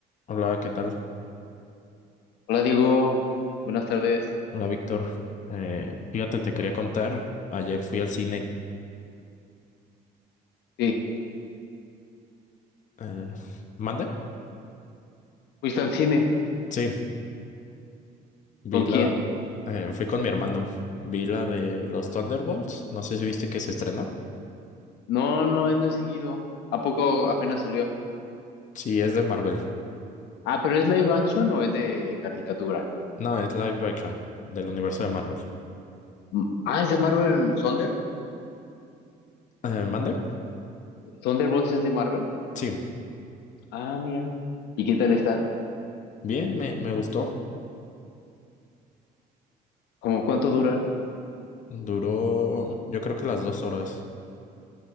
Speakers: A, on the left (about 45°); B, on the left (about 85°).
A: Hola, ¿qué tal?
B: Hola Diego, buenas tardes.
A: Hola, Víctor. Eh, fíjate, te quería contar, ayer fui al cine.
B: Sí,
A: Eh, ¿mande?
B: ¿fuiste al cine?
A: Sí, vi
B: ¿Con
A: la...
B: quién?
A: eh, fui con mi hermano. Vi la de los Thunderbolts. No sé si viste que se estrenó.
B: No, no, no he seguido. ¿A poco apenas salió?
A: Sí, es de Marvel.
B: Ah, pero ¿es live action o es de caricatura?
A: No, es live action, del universo de Marvel.
B: Mm, Ah, es de Marvel Thunder.
A: Eh, ¿mande?
B: ¿Thunderbolts es de Marvel?
A: Sí,
B: Ah, mira. ¿Y qué tal está?
A: bien, me, me gustó.
B: ¿Cómo cuánto dura?
A: Duró, yo creo que las dos horas.